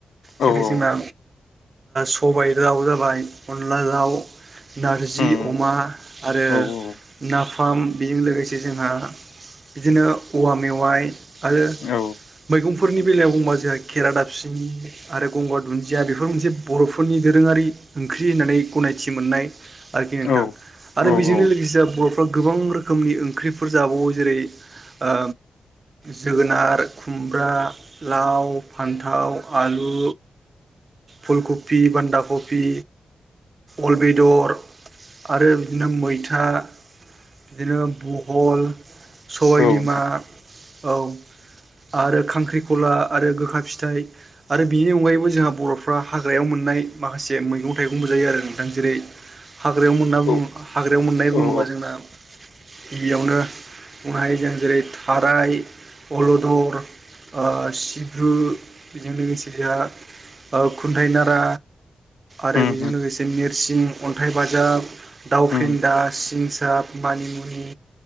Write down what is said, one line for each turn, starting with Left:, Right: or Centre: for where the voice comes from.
Left: औ
Right: जेरै
Left: औ
Right: जोंना सबाय दउ जाबाय, अनला दउ नारजि
Left: उम
Right: अमा आरो
Left: औ औ
Right: नाफाम बेजों लोगोसे जोंहा बिदिनो औवा मेवाइ आरो
Left: औ
Right: मैगंफोरनि बेलायाव बुंबा जोंहा खेरा दाबसिनि आरो गंगार दुन्दिया बेफोर मोनसे बर'फोरनि दोरोङारि ओंख्रि होननानै गनायथि मोननाय आरोखि नोंथां।
Left: औ
Right: आरो
Left: औ
Right: बेजोंनो
Left: औ
Right: लोगोसे बर'फ्रा गोबां रोखोमनि ओंख्रिफोर जाबावो जेरै ओ जोगोनार, खुमब्रा, लाव, फान्थाव, आलु फुलकपि बान्धाकपि अल बेदर आरो बिदिनो मैथा बिदिनो ब हल सबायबिमा
Left: औ नोंथां
Right: औ आरो खांख्रिखला आरो गोखा फिथाइ आरो बेनि अनगायैबो जोंहा बर'फ्रा हाग्रायाव मोन नाय माखासे मैगं थाइगंबो जायो आरो नोंथां। जेरै हाग्रायाव मोनना बुङो
Left: औ
Right: हाग्रायाव मोननाय बुङोबा
Left: औ
Right: जोंना गिबियावनो ओमफ्राय जों जेरै थाराय अलदर ओ सिब्रु बेजों लोगोसे जोंहा खुन्थाइ नारा आरो
Left: उम
Right: बेजों
Left: उम
Right: लोगोसे नोरसिं, अन्थाइ बाजाब, दाउ
Left: उम
Right: फेन्दा, सिं साब खानिमुनि